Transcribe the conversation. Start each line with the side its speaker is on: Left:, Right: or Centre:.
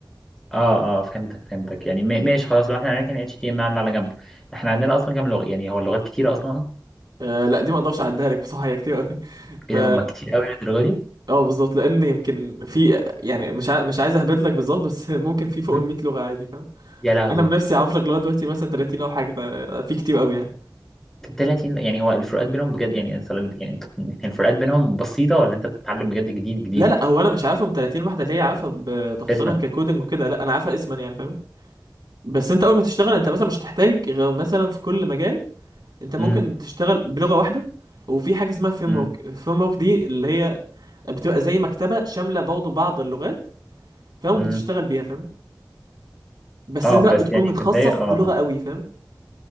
Centre: اه اه فهمتك فهمتك يعني ما- ماشي خلاص لو احنا هنركن اتش تي ام ال على جنب احنا عندنا اصلا كام لغه يعني هو اللغات كتيره اصلا
Right: آه لا دي ما اقدرش اعدها لك بصراحه هي كتير قوي <laughs> ف
Centre: ايه ده هم كتير قوي للدرجه دي
Right: اه بالظبط لان يمكن في يعني مش ع... مش عايز اهبد لك بالظبط بس <laughs> ممكن في فوق
Centre: مم.
Right: ال 100 لغه عادي فاهم
Centre: يا لهوي
Right: انا بنفسي اعرف لك لغايه دلوقتي مثلا 30 او حاجه ففي كتير قوي يعني
Centre: 30 يعني هو الفروقات بينهم بجد يعني انت يعني أنت- <laughs> الفروقات بينهم بسيطه ولا انت بتتعلم بجد جديد جديد
Right: لا لا هو انا مش عارفهم 30 واحده اللي هي عارفها بتفاصيلها
Centre: اسما
Right: ككودنج وكده لا انا عارفها اسما يعني فاهم بس انت اول ما تشتغل انت مثلا مش هتحتاج غير مثلا في كل مجال انت ممكن
Centre: امم
Right: تشتغل بلغه واحده وفي حاجه اسمها فريم
Centre: امم
Right: ورك الفريم ورك دي اللي هي بتبقى زي مكتبه شامله برضه بعض اللغات فاهم وبتشتغل
Centre: امم
Right: بيها فاهم بس
Centre: اه
Right: انت
Centre: بس
Right: بقى بتكون
Centre: يعني
Right: متخصص
Centre: كبدايه اه
Right: في لغه
Centre: آه.
Right: قوي فاهم